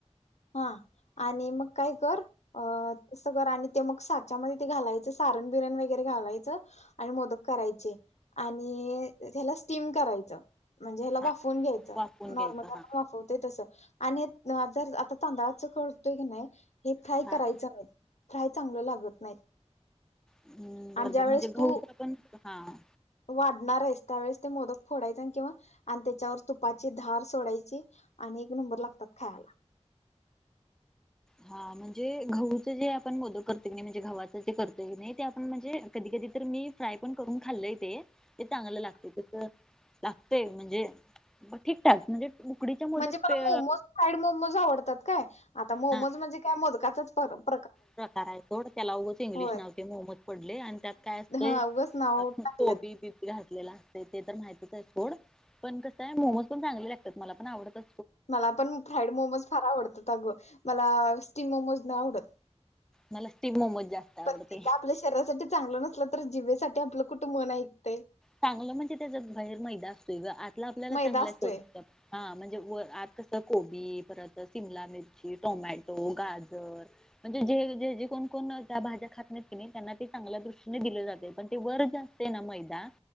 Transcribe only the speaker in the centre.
हा
वाफवून
घ्यायचं
हा
हा
हम्म. बर
बर
म्हणजे गहूचं
पण हां
हां म्हणजे गहूचे जे आपण मोदक करतोय की नाही, म्हणजे गव्हाचं जे करतोय की नाही ते आपण म्हणजे कधी कधीतर मी फ्राय पण करून खाल्लंय तेे ते चांगलं लागतंय, तसं लागतंय म्हणजे ब ठीक-ठाक म्हणजे उकडीच्या मोदक
पे-
हा
प्रकार आहे सोड त्याला उघंच इंग्लिश
नाव ते मोमोज पडलंय आणि त्यात काय असते?
अ
कोबी बिबी घातलेलं असते ते तर माहि तीच आहे सोड पण कसं आहे मोमोज पण चांगले लागतात मला पण आवडतात
मला स्टिम मोमोज जास्त आवडते
चांगलं म्हणजे त्याच्यात बाहेर मैदा असतोय गं, आतलं आपल्याला
चांगला
आहे <unintelligible> हां म्हणजे व आत कसं को बी परत शिमला मिरची, टोमॅटो, गाजर म्हणजे जे जे जे कोण कोण त्या भाज्या खात नाहीत त्यांना ते चांगल्या दृष्टीने दिलं जातंय, पण ते वर जे असतंय ना मैदा